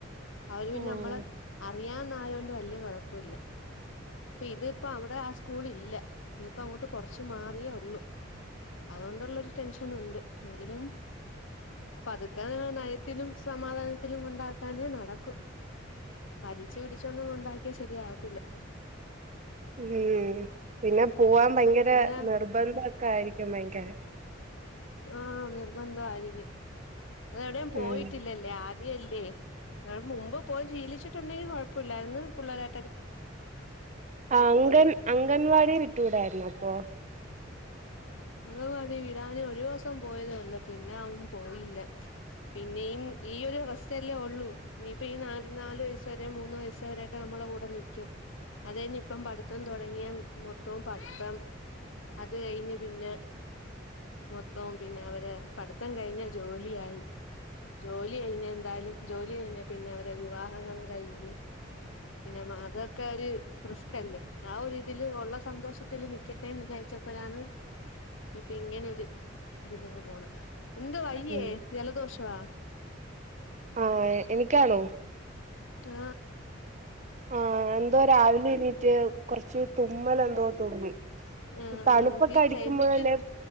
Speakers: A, on the left; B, on the right.
A: അവര് പിന്നെ
B: ഉം
A: നമ്മള് അറിയാന്ന ആയൊണ്ട് വല്യയ കുഴപ്പം ഇല്ല ഇതിപ്പ അവിടെ സ്കൂൾ ഇല്ല ഇനിപ്പഅങ്ങോട്ട് കൊറച്ച് മാറിയേ ഉള്ളു അതുകൊണ്ടുള്ളൊരു ടെൻഷൻ ഉണ്ട് എങ്കിലും പതുക്ക നയത്തിലും സമാധാനത്തിലും കൊണ്ടാക്കാനേ നടക്കു വലിച്ച് പിടിച്ചൊന്നും കൊണ്ടാക്കിയാ ശരിയാ ത്തില്ല.
B: ഉം പിന്നെ പോവാൻ ഭയങ്കര
A: പിന്നെ
B: നിർബന്ധ ഓക്കെ ആയിരിക്കും. <unintelligible> ഭയങ്കര
A: ആ നിർബന്ധം അയിരിക്കും. അത് എവിടെയും
B: ഉം
A: പോയിട്ടില്ലല്ലേ ആ തിയല്ലേ ആ മുമ്പ് പോയി ശീലിച്ചിട്ടുണ്ടെങ്കിൽ കുഴപ്പല്ലായിരുന്നു പുള്ളേരേ
B: ആ അംഗൻ
A: പോയേനെ
B: അംഗൻവാടി വിട്ടൂടായിരുന്നോ അപ്പൊ?
A: അംഗവാടി വിടാന് ഒരൂസം പോയതെയുള്ളു. പിന്നെ അവൻ പോയില്ല പിന്നെയും ഈ ഒരു അവസ്ഥയല്ലേ ഒള്ളൂ ഇനിയിപ്പ ഈ നാ നാല് വയസ്സ്‌ വരേ മൂന്ന് വയസ്സവരെ പ്പ നമ്മളെ കൂടെ നിക്കും. അത് കഴിഞ്ഞ് ഇപ്പം പഠിത്തം തുടങ്ങിയ മൊത്തവും പഠിത്തം അത് കഴിഞ്ഞി പിന്നെ മൊത്തം പിന്നെ അവര് പഠിത്തം കഴിഞ്ഞ് ജോലിയായി ജോലി കഴിഞ്ഞ് എന്തായാലും ജോലി കഴിഞ്ഞാ പിന്നെ അവരെ വിവാഹങ്ങൾ കഴിഞ്ഞ് പിന്നെ മാക്കക്കതൊര് റിസ്കല്ലേ. ആ ഒരുരിതില് ഒള്ള സന്തോഷത്തില് നിക്ക ട്ടേന്ന് വിചാരിച്ചപ്പഴാണ് ഇപ്പൊ ഇങ്ങനെ ഒരു ഇതിലങ്ങ് പോണ് എന്താ വയ്യേ
B: ഉം
A: ജലദോഷവാ?
B: ആ എനിക്കാണോ?
A: ആ
B: ആ എന്തോ രാവിലെ എണീറ്റ് കുറച്ച് തുമ്മല എന്തോ തുമ്മി.
A: ആഹ്
B: ഇ തണുപ്പൊക്കെ
A: ആഹ് ഈ
B: അടിക്കുമ്പഴല്ലേ
A: ക്ലൈമറ്റ്